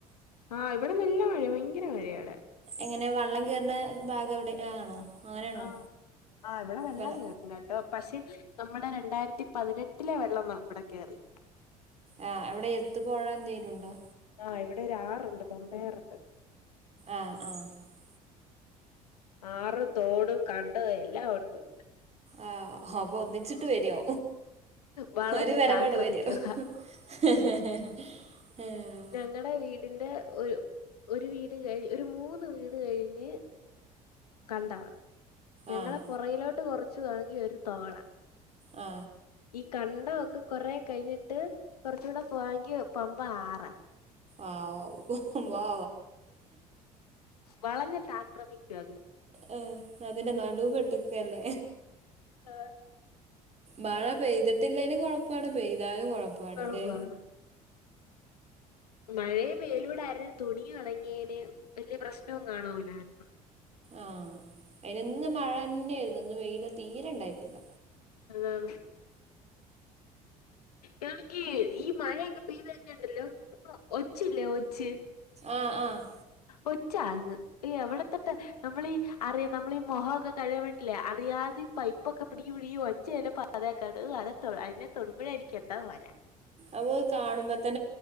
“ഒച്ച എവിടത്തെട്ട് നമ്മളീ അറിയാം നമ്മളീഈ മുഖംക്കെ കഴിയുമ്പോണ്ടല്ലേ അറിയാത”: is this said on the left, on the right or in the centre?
Left